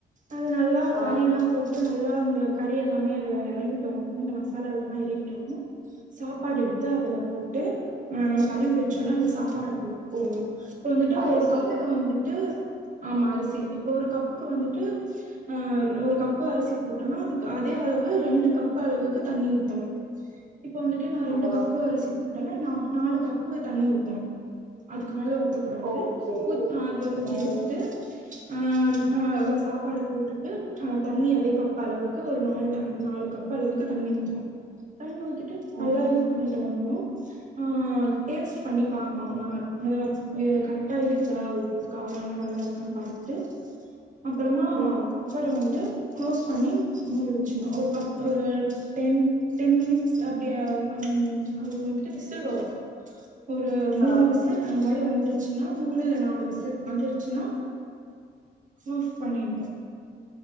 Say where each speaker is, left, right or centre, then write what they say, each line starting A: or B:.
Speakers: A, on the right (about 35°); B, on the right (about 80°).
A: அதை நல்லா
B: ஆ
A: கறி எல்லா போட்டு நல்லா இந்த கறி எல்லாமே அத இறங்கிட்டோணு இந்த மசாலா எல்லாம இறங்கிட்டோணு சாப்பாடு எடுத்து அதல போட்டு நம்ம கலறி வச்சோலஅந்த சாப்பாட போட் போடுணு இப்ப வந்துட்டு
B: அரிசிய
A: ஒரு கப்புக்கு வந்துட்டு ஆமா அரிசி இப்ப ஒரு கப்புக்கு வந்துட்டு ஆஆ ஒரு கப்பு அரிசி போட்டோனா அதுக்கு அதே அளவு ரெண்டு கப்பு அளவுக்கு தண்ணி ஊத்தணு இப்ப வந்துட்டு நா ரெண்டு
B: ஆ
A: கப்பு அரிசி போட்டன நாலு நாலு கப்பு தண்ணி ஊத்தணு அதுக்கு மேல ஊத்தக்கூடாது
B: ஓகே
A: ஊத் அது
B: ம்
A: எடுத்துட்டு அ அத சாப்பாடு போட்டுட்டு அ தண்ணி அதே கப்ப அளவுக்கு ஒரு நாலு டம் நாலு கப் அளவுக்கு தண்ணி ஊத்தனு தண்ணி ஊத்திட்டு நல்லா
B: ம்
A: இது பண்ணிட்ட <unintelligible> ஆ டேஸ்ட் பண்ணி பாக்கோனு ந <unintelligible> கரெக்டா இருக்குதா உப்பு காரல்லா நல்லா இருக்கனு பாத்துட்டு அப்புறமா
B: ம்
A: குக்கர வந்துட்டு குளோஸ் பண்ணி முடி வச்சுணு ஒரு பத் ஒரு டேன் டென் மினிட்ஸ் அப்டிய அது அது வந்துட்டு விசில் வரு ஒரு மூணு
B: ஆ
A: விசல் அந்த மாரி வந்துருச்சுன்னா மூணு இல்ல நாலு விச ல் வந்துருச்சுனா ஆஃப் பண்ணிட்ணு